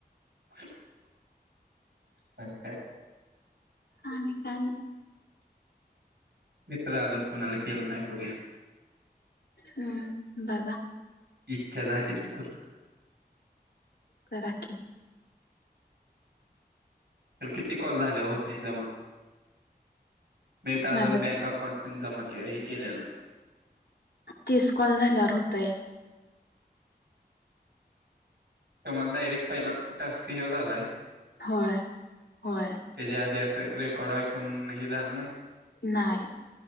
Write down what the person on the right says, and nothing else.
<unintelligible> काय काय?
मी तर अजून कोणाला केलो नाही बघुया.
इच्छा झाली तर करू.
तर किती कॉल झाले होते जमा? मी तर अजून
बँका कॉल फीन जमा के हे केलेलं नाही.
तुम्हाला डायरेक्ट पहिला टास्क ह्योच आलाय?
त्याच्या आधी असं रेकॉर्ड ऐकून ही झालं नाही